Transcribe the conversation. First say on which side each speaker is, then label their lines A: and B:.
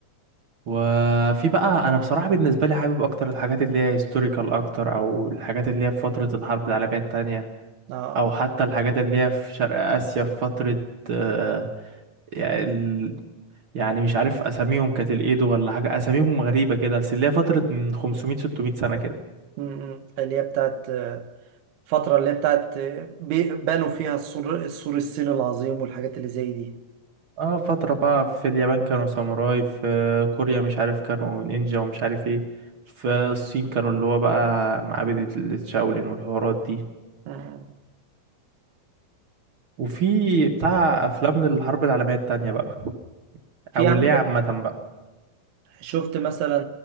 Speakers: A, on the right; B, on the right.
A: وفي بقى انا بصراحه بالنسبه لي حابب اكتر الحاجات اللي هي هيستوريكال اكتر او الحاجات اللي هي في فتره الحرب العالميه التانية
B: اه
A: او حتى الحاجات اللي هي في شرق اسيا في فتره آه، يعني ال- يعني مش عارف اساميهم كانت الايدو ولا حاجه اساميهم غريبه كده بس اللي هي فتره من 500 600 سنه كده
B: م- م. اللي هي بتاعت الفترة اللي هي بتاعت بي- بنوا فيها السور السور الصيني العظيم والحاجات اللي زي دي
A: اه فتره بقى في اليابان كانوا ساموراي في كوريا مش عارف كانوا نينجا ومش عارف ايه في الصين كانوا اللي هو بقى معابد الشاولين والحوارات دي
B: آه.
A: وفي بتاع افلام للحرب العالميه التانية بقى
B: في
A: او
B: عندك
A: اللي هي عامه بقى
B: شفت مثلا